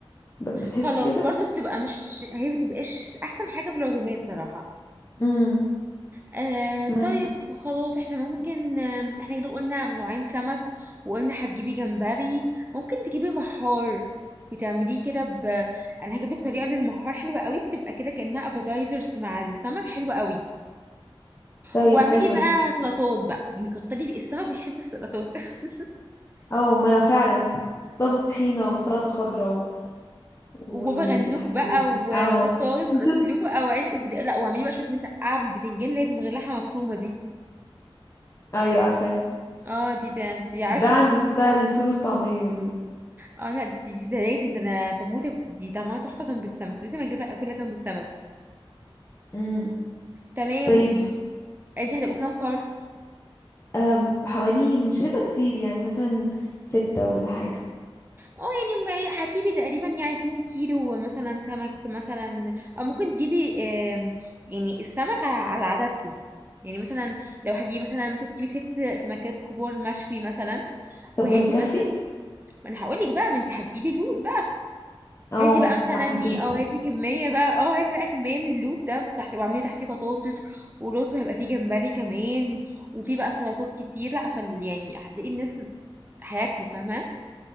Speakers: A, on the left; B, on the right.
A: ب- بتحس
B: خلاص
A: بكده
B: برضو بتبقى مش هي بتبقاش احسن حاجة في العزومات صراحة
A: امم
B: آه طيب
A: معاك
B: خلاص احنا ممكن آه احنا كده قلنا من نوعين سمك وقلنا هتجيبي جمبري ممكن تجيبي محار وتعمليه كده ب انا هجيب لك طريقه للمحار حلوه قوي بتبقى كده كانها ابيتايزرز مع السمك حلوه قوي
A: طيب
B: واعملي
A: حلوة
B: بقى
A: دي
B: سلطات بقى يعني كتري السمك بيحب السلطات <laughs>
A: اه ما فعلا سلطة طحينة وسلطة خضراء و... والحاجات
B: وبابا غنوج بقى
A: دي
B: و-
A: اه
B: وبطاطس
A: <laughs>
B: مسلوقه وعيش وبد... لا واعملي بقى شويه مسقعه بالبتنجان اللي هي من غير لحمه مفرومه دي
A: ايوه عارفاها
B: اه دي ده دي
A: بتتباع
B: عشقي
A: عند
B: دي
A: بتاع الفول والطعمية دول
B: اه لا دي دي ده لازم ده انا بموت أك- دي طعمها تحفه جنب السمك لازم اجيبها اكلها جنب السمك
A: امم
B: تمام
A: طيب
B: انت هتبقوا كام فرد
A: أم حوالي مش هتبقى كتير يعني مثلا ستة ولا حاجة
B: اه يعني ما- هتجيبي تقريبا يعني 2 كيلو مثلا سمك مثلا او ممكن تجيبي آم، يعني السمك على على عددكم يعني مثلا لو هتجيبي مثلا ممكن تجيبي ست سمكات كبار مشوي مثلا وهاتي
A: طب وهيكفي
B: مثلا ما انا هقول لك بقى ما انت هتجيبي لود بقى
A: اه
B: هاتي بقى مثلا
A: صح نسيت
B: ايه اه هاتي كمية بقى اه هاتي بقى كمية من اللوت ده تحت واعملي تحتيه بطاطس ورز وهيبقى فيه جمبري كمان وفي بقى سلطات كتير لا فال يعني هتلاقي الناس هياكلوا فاهمة